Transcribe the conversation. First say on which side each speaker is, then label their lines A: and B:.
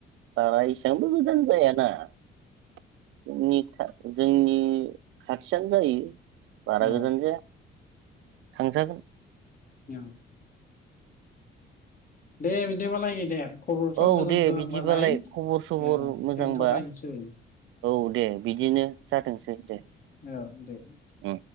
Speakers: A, on the right; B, on the left.
A: बारा एसेबांबो गोजान जाया ना नोंनि इतसा जोंनि खाथियानो जायो बारा
B: औ
A: गोजान जाया थांजागोन
B: <unintelligible> दे बिदिबालाय गेदेत खबरफ्रा
A: औ
B: मोजांसो
A: दे बिदिबालाय
B: बालाय
A: खबर सबर
B: औ
A: मोजांबा
B: दोनथ'लायनोसै
A: औ दे बिदिनो जाथोंसै दे
B: औ-औ दे
A: उम